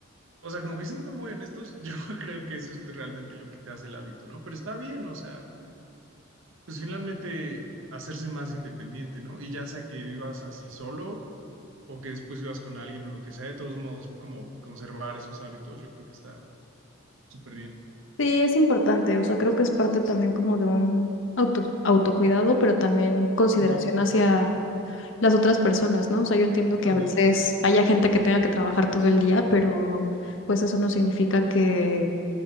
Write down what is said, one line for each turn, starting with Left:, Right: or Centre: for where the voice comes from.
Right: o sea, como que siendo muy honestos, <laughs> yo creo que eso es realmente lo que te hace el hábito, ¿no? Pero está bien, o sea, pues finalmente hacerse más independiente, ¿no? Y ya sea que vivas así solo o que después vivas con alguien o lo que sea, de todos modos, como conservar esos hábitos, yo creo que está súper bien.
Left: Sí, es importante, o sea, creo que es parte también como de un auto, autocuidado, pero también consideración
Right: Ujú,
Left: hacia las otras personas, ¿no? O sea, yo entiendo que
Right: Ándale.
Left: a veces haya gente que tenga que trabajar todo el día, pero pues eso no significa que,